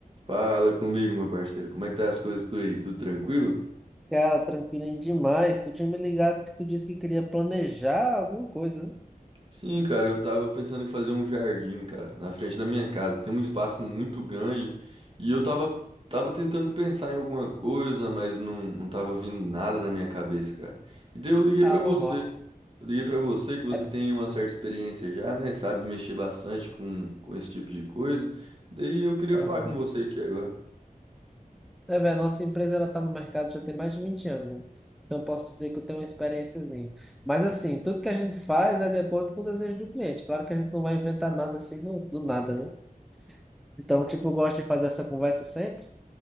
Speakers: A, on the right (about 35°); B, in the centre.
A: Fala comigo, meu parceiro. Como é que tá as coisas por aí? Tudo tranquilo?
B: Cara, tranquilinho demais. Tu tinha me ligado que tu disse que queria planejar alguma coisa, né?
A: Sim, cara, eu tava pensando em fazer um jardim, cara, na frente da minha casa. Tem um espaço muito grande e eu tava, tava tentando pensar em alguma coisa, mas não, não tava vindo nada na minha cabeça, cara. E daí eu liguei
B: Ah,
A: pra você.
B: normal.
A: Eu liguei pra você que você
B: É,
A: tem uma certa experiência já, né? Sabe mexer bastante com, com esse tipo de coisa. Daí eu queria
B: aham.
A: falar com você aqui agora.
B: É, velho, nossa empresa ela tá no mercado já tem mais de vinte anos. né? Então eu posso dizer que eu tenho uma experiênciazinha. Mas assim, tudo que a gente faz é de acordo com o desejo do cliente. Claro que a gente não vai inventar nada assim do, do nada, né? Então, tipo, eu gosto de fazer essa conversa sempre,